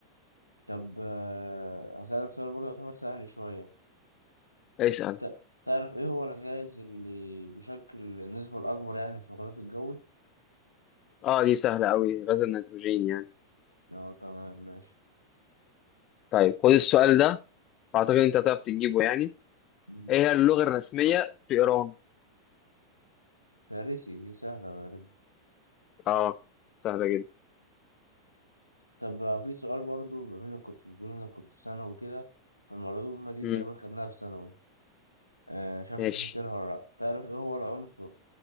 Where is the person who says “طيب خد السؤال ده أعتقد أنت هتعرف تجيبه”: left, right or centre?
Left